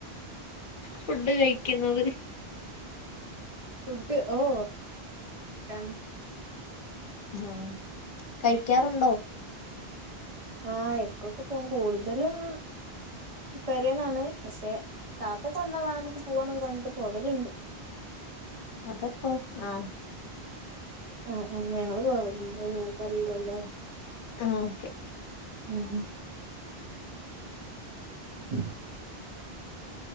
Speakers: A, on the left; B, on the right.
A: ഫുഡ് കഴിക്കുന്നത്.
B: ഫുഡ് ഓ, ആ
A: ഉം കഴിക്കാറുണ്ടോ?
B: ആഹ്. ഇടക്കൊക്കെ പോകും കൂടുതലും പരെനാണ്, പക്ഷെ താത്തൊക്കെ വന്നാ വാ നമുക്ക് പോവാന്നൊക്കെ പറഞ്ഞി പോകലുണ്ട്.
A: അതപ്പോ? ആഹ്
B: ആ ആ ഞങ്ങള് പോവില്ല. ങ്ങക്ക്, അറിയില്ലല്ലോ.
A: ആഹ ഓക്കെ.
B: ആ, ഹ <inaudible>